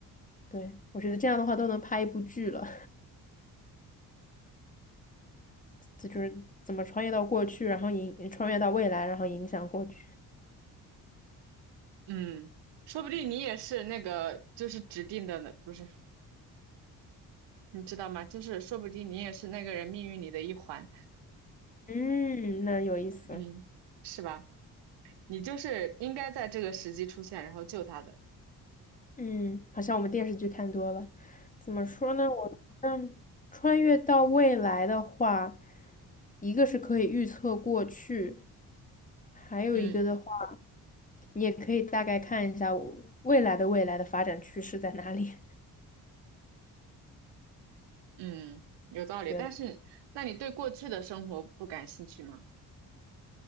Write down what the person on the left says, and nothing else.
对，我觉得这样的话都能拍一部剧了，<laughs> 这就是怎么穿越到过去，然后影穿越到未来，然后影响过去。
嗯，那有意思。
嗯，好像我们电视剧看多了。怎么说呢？我嗯，穿越到未来的话，一个是可以预测过去，还有一个的话，
你也可以大概看一下我未来的未来的发展趋势在哪里。
觉得，